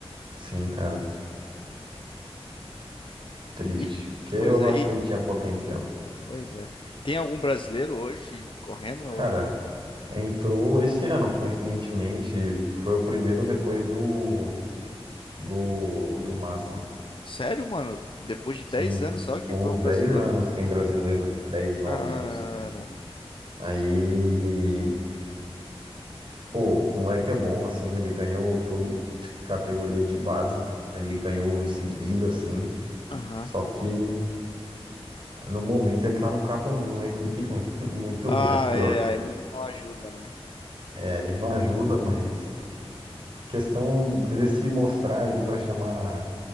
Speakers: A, on the right (about 50°); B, on the left (about 55°).
A: sim, cara, triste.
B: E,
A: Porque eu
B: pois é,
A: acho
B: e,
A: que ele tinha potencial.
B: pois é. Tem algum brasileiro hoje correndo ou
A: Cara,
B: não?
A: entrou esse ano, coincidentemente, foi o primeiro depois do, do, do Massa.
B: Sério, mano? Depois de
A: Sim,
B: 10 anos só
A: com
B: que entrou
A: uns
B: um
A: 10
B: brasileiro?
A: anos sem brasileiro, dez
B: Caramba.
A: nove anos. Aí, pô, o moleque é bom, assim, ele ganhou tudo de categoria de base, ele ganhou em seguida, assim,
B: Aham.
A: só que no momento ele tá num carro, numa equipe ruim, <laughs> muito
B: Ah,
A: ruim, a pior.
B: é, aí não ajuda, né?
A: É, ele não ajuda, mas questão dele se mostrar ali pra chamar